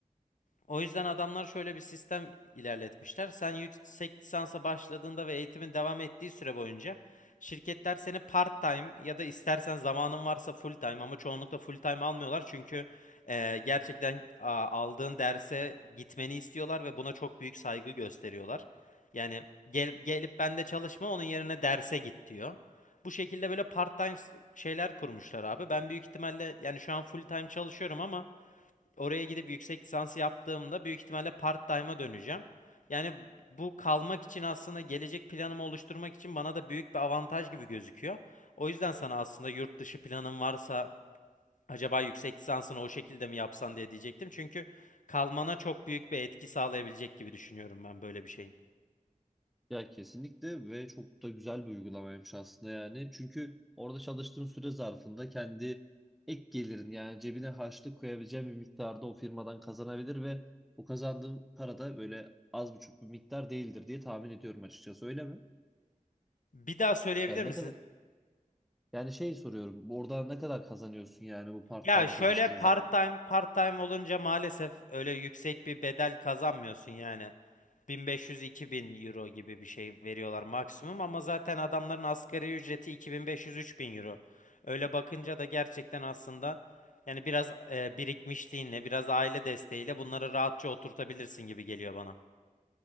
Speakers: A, on the left; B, in the centre.
A: O yüzden adamlar şöyle bir sistem ilerletmişler. Sen yüksek lisansa başladığında ve eğitimin devam ettiği süre boyunca şirketler seni part-time ya da istersen zamanın varsa full-time ama çoğunlukla full-time almıyorlar. Çünkü eee, gerçekten a, aldığın derse gitmeni istiyorlar ve buna çok büyük saygı gösteriyorlar. Yani gel, gelip ben de çalışma onun yerine derse git diyor. Bu şekilde böyle part-time s- şeyler kurmuşlar abi. Ben büyük ihtimalle yani şu an full-time çalışıyorum ama oraya gidip yüksek lisansı yaptığımda büyük ihtimalle part-time'a döneceğim. Yani bu kalmak için aslında gelecek planımı oluşturmak için bana da büyük bir avantaj gibi gözüküyor. O yüzden sana aslında yurt dışı planın varsa acaba yüksek lisansını o şekilde mi yapsan diye diyecektim. Çünkü kalmana çok büyük bir etki sağlayabilecek gibi düşünüyorum ben böyle bir şeyin.
B: Ya kesinlikle ve çok da güzel bir uygulamaymış aslında yani. Çünkü orada çalıştığın süre zarfında kendi ek gelirin yani cebine harçlık koyabileceğin bir miktarda o firmadan kazanabilir ve o kazandığın para da böyle az buçuk bir miktar değildir diye tahmin ediyorum açıkçası öyle mi?
A: Bir daha söyleyebilir
B: Ben
A: misiniz?
B: ne kadar yani şey soruyorum. Orada ne kadar kazanıyorsun yani bu part-time
A: Ya şöyle
B: çalıştığın
A: part-time
B: zaman?
A: part-time olunca maalesef öyle yüksek bir bedel kazanmıyorsun yani. 1500-2000 euro gibi bir şey veriyorlar maksimum ama zaten adamların asgari ücreti 2500-3000 euro. Öyle bakınca da gerçekten aslında yani biraz e, birikmişliğinle, biraz aile desteğiyle bunları rahatça oturtabilirsin gibi geliyor bana.